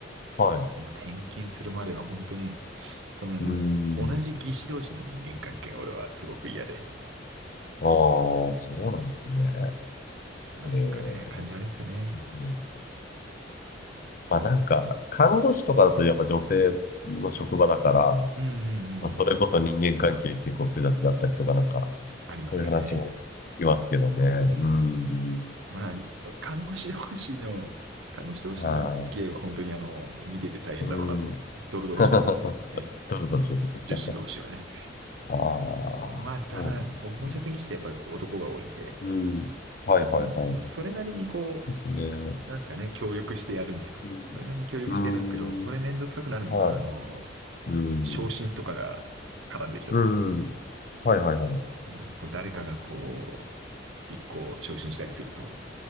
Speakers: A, on the left; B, on the right.
A: はい。
B: まあ転勤するまでは本当にその、
A: うん。
B: 同じ技師同士の人間関係が俺はすごく嫌で。
A: ああ、そうなんですね。
B: なんかね、
A: ええ
B: 感じ悪いんですよね。
A: ですね。まあなんか、看護師とかだとやっぱ女性の職場だから、ま
B: うんうんうんうん。
A: あ、それこそ人間関係結構複雑だったりとかなんか、
B: ありますよね。
A: そういう話も聞きますけどね。うん。
B: うんうん。まあ、看護師同士の、看護師同士の付き合いは本当にあの、
A: は
B: 見てて大変だろうなと思います。
A: い。うん。
B: ドロドロしてますからね、
A: <laughs>
B: これね。
A: ドロドロしてるんですね。
B: 女子同士はね。
A: ああ、
B: まあ、
A: そうなんですね。
B: ただ、こう、放射線技師ってやっぱり男が多いんで、
A: うん。はいはいはい。
B: その、それなりにこ
A: ですね。
B: う、なんですかね、協力してやるんですよ。
A: うん。
B: それなりに協力してやるんですけど、
A: うー
B: これめんどくさくなるのが、
A: ん。はい。
B: あの、
A: うん。
B: 昇進とかが絡んできたとき、
A: うん。はいはいはい。
B: うん、こう誰かがこう、一個昇進したりすると、